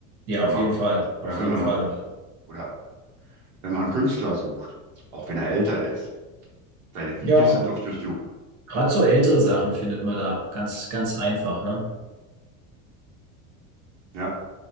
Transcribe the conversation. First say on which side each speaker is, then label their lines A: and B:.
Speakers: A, on the right; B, on the right.
A: Ja,
B: immer.
A: auf jeden Fall, auf
B: Oder wenn
A: jeden
B: man
A: Fall.
B: auch, oder wenn man einen Künstler sucht, auch wenn er älter ist. Seine Videos
A: Ja,
B: sind auf YouTube.
A: gerade so ältere Sachen findet man da ganz, ganz einfach, ne?
B: Ja.